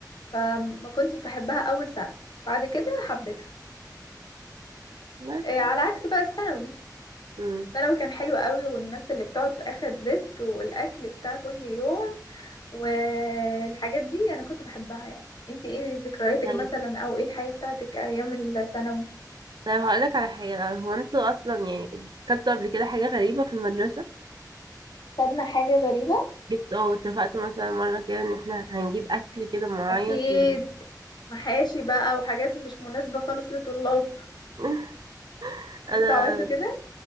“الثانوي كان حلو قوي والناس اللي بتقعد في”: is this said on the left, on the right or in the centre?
Left